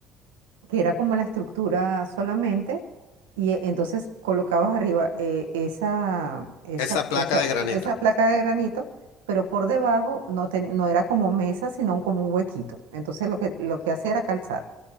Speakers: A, on the right (about 75°); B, on the left (about 70°).
A: que era como la estructura solamente, y e- entonces colocabas arriba eh, esa, esa,
B: esa placa
A: esa,
B: de granito.
A: esa placa de granito, pero por debajo no, te- no era como mesa, sino un- como un huequito. Entonces lo que, lo que hacía era calzar.